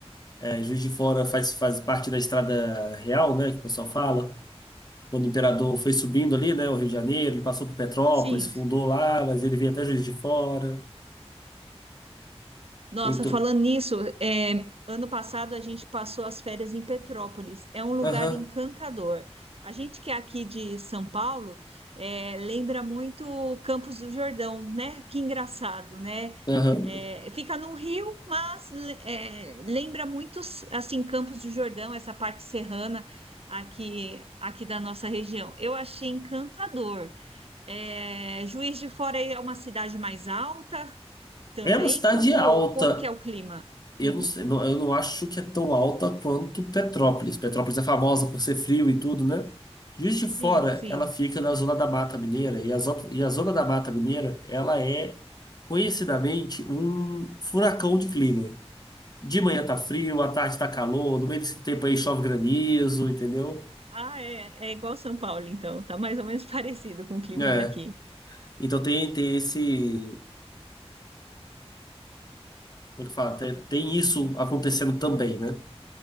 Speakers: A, on the left; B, on the right.
A: É, Juiz de Fora faz, faz parte da Estrada Real, né, que o pessoal fala. Quando o imperador foi subindo ali, né, o Rio de Janeiro, ele passou por Petrópolis,
B: Sim.
A: fundou lá, mas ele veio até Juiz de Fora.
B: Nossa,
A: Tentou.
B: falando nisso, é, ano passado a gente passou as férias em Petrópolis. É um lugar
A: Aham,
B: encantador. A gente que é aqui de São Paulo, é, lembra muito o Campos do Jordão, né? Que engraçado, né?
A: aham.
B: É, fica no Rio, mas le- é, lembra muito assim Campos do Jordão, essa parte serrana aqui aqui da nossa região. Eu achei encantador. É, Juiz de Fora é uma cidade mais alta. Também
A: É uma cidade
B: como
A: alta.
B: como que é o clima?
A: Eu
B: Uhum.
A: não sei, não- eu não acho que é tão alta quanto Petrópolis. Petrópolis é famosa por ser frio e tudo, né? Juiz de Fora,
B: Sim, sim.
A: ela fica na zona da Mata Mineira, e a, zo- e a zona da Mata Mineira, ela é conhecidamente um furacão de clima. De manhã tá frio, à tarde tá calor, no meio desse tempo aí chove granizo, entendeu?
B: Ah, é, é igual São Paulo, então. Tá mais ou menos <laughs> parecido com o clima
A: É.
B: daqui.
A: Então tem, tem esse. Como é que fala? Tem, tem isso acontecendo também, né?